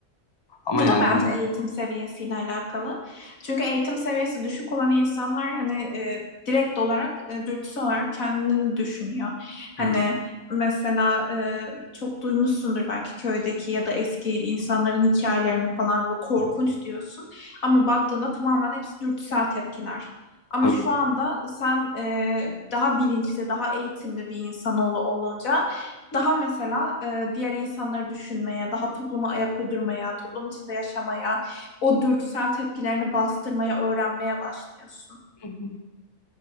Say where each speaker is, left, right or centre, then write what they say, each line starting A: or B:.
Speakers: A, on the left; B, on the left.
A: Ama
B: Bu
A: yani
B: da bence
A: hani
B: eğitim seviyesiyle alakalı. Çünkü eğitim seviyesi düşük olan insanlar hani e, direkt olarak e, dürtüsel olarak kendini düşünüyor. Hani
A: Hı hı.
B: mesela e, çok duymuşsundur belki köydeki ya da eski insanların hikayelerini falan ve korkunç diyorsun. Ama baktığında tamamen hepsi dürtüsel tepkiler. Ama
A: tabii.
B: şu anda sen e, daha bilinçli, daha eğitimli bir insan ol- olunca daha mesela e, diğer insanları düşünmeye, daha topluma ayak uydurmaya, toplum içinde yaşamaya, o dürtüsel tepkilerini bastırmaya, öğrenmeye başlıyorsun.
A: Hı hı.